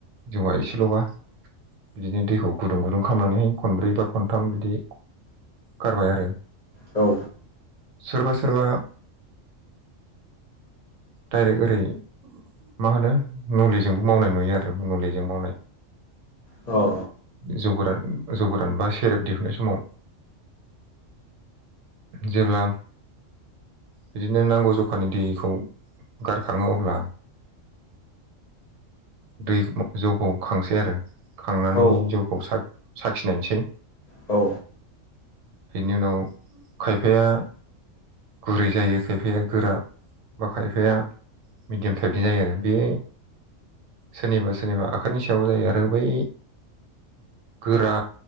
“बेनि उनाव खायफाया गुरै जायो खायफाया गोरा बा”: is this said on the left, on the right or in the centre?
Right